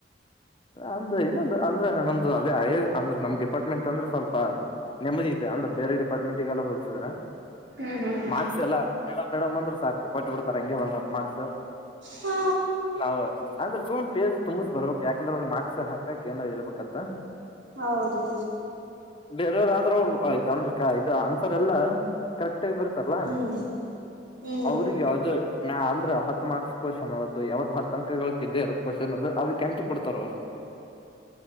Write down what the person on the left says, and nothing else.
ಅಂದ ಇನ್ನೊಂದು ಅಂದ್ರೆ ನಮ್ದು ಅದೇ ಅಂದ್ರೆ ನಮ್ ಡಿಪಾರ್ಟ್ಮೆಂಟ್ ಅಂದ್ರೆ ಸ್ವಲ್ಪ ನೆಮ್ಮದಿಐತೆ ಅಂದ್ರ ಬೇರೆ ಡಿಪಾರ್ಟ್ಮೆಂಟಿಗೆಲ್ಲ ಹೋಲ್ಸಿದ್ರ
ಮಾರ್ಕ್ಸ್ ಯಲ್ಲ ಮೇಡಮ್ ಮೇಡಮ್ ಅಂದ್ರೆ ಸಾಕು ಕೊಟ್ಟಬಡ್ತ ಹೆಂಗೆ ಒಂದ್ ಹ ಮಾರ್ಕ್ಸ್
ನಾವು ಅಂದ್ರೆ ಸು ತುಂಬ ಬರ್ಬೇಕಕ್ ಯಾಕಂದ್ರೆ ಅವ್ರ ಮಕ್ಸ್ ಹಾಕಕ್ ಏ ಇರ್ಬೇಕಂತ
ಬೇರೆಯವ್ರಅವರು ಆ್ತ ಅಂದ್ರಕ ಇದು ಅಂತರೆ ಎಲ್ಲಾ ಕರೆಕ್ ಷ್ಟ ಬರುತ್ತಾರಲ್ಲ
ಅವ್ರಿಗೆ ಯಾವ್ದೋ ನ ಅ್ರ ಹ ಮಾರ್ಕ್ಸ್ ಕ್ವಶ್ನ್ ಅದದು ಯಾವತ್ ಹ ಅಕಗಳ ಇದ ಇ ಕ್ವಶ್ನ್ ಅದು ಅದಕ್ಕೆ ಕೆಂಟು ಕೊಡ್ತಾರ ಅವರು